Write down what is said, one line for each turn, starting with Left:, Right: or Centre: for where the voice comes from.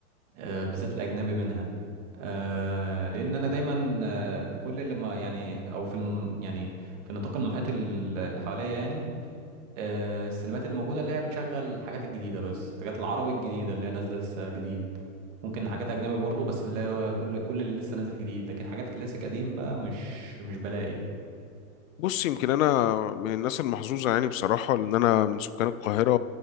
Right: آه، بالذات الأجنبي منها آه، لأن أنا دايما آه، كل لما يعني أو في الم يعني في النطاق المحيط ال- اللي حواليا يعني آه، السينمات اللي موجودة اللي هي بتشغل الحاجات الجديدة بس الحاجات العربي الجديدة اللي هي نازلة لسه جديد ممكن حاجات أجنبي برضه بس اللي هو كل كل اللي لسه نازل جديد لكن حاجات كلاسيك قديم بقى مش مش بلاقي
Left: بص يمكن انا من الناس المحظوظه يعني بصراحه ان انا من سكان القاهره